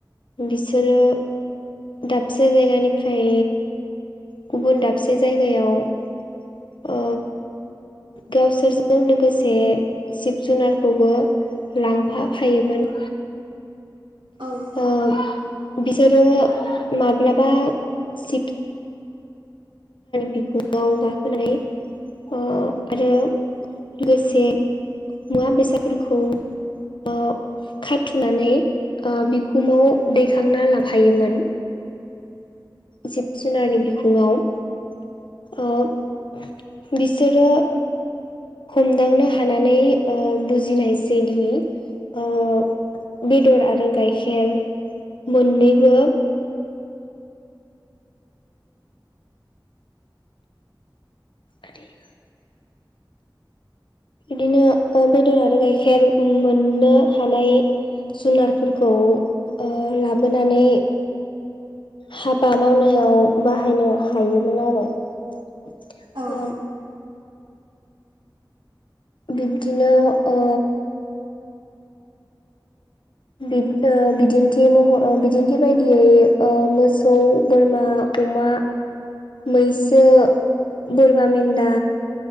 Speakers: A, on the left (about 80°); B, on the right (about 75°).
A: बिसोरो दाबसे जायगानिफ्राय गुबुन दाबसे जायगायाव ओ गावसोरजों लोगोसे जुनारखौबो लांफाफायोमोन
B: औ
A: ओ बिसोरो माब्लाबा सिख बिखु‌ङाव गाखोनाय अ आरो लोगोसे मुवा-बेसादफोरखौ ओ खाथुमनानै ओ बि बिखुङाव दैखांना लांफायोमोन।
B: द <inaudible>
A: जिब जुनारनि बिखुङाव ओ बिसोरो हमदांनो हानानै ओ बुजिनायसै दिनै ओ बेदर आरो गाइखेर मोननैबो आरो <inaudible> बिदिनो बेदर आरो गाइखेर मोननो हानाय जुनारफोरखौ ओ लाबोनानै हाबा मावनायाव बाहायनो हायोमोन आरो ओ
B: औ
A: बिब्दिनो ओ बिन ओ बिदिन्थि महर बिदिन्थि बायदियै मोसौ बोरमा अमा मैसो बोरमा मेन्दा